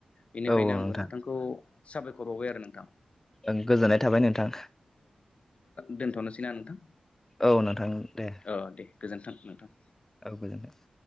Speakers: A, on the left; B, on the left.
A: बेनिखायनो
B: औ औ
A: आंबो
B: नोंथां
A: नोंथांखौ साबायखर बावबाय आरो नोंथां।
B: ओं गोजोननाय थाबाय नोंथां।
A: दोनथ'नोसै ना नोंथां?
B: औ नोंथां दे।
A: औ दे गोजोन्थों नोंथां।
B: औ गोजोन्थों।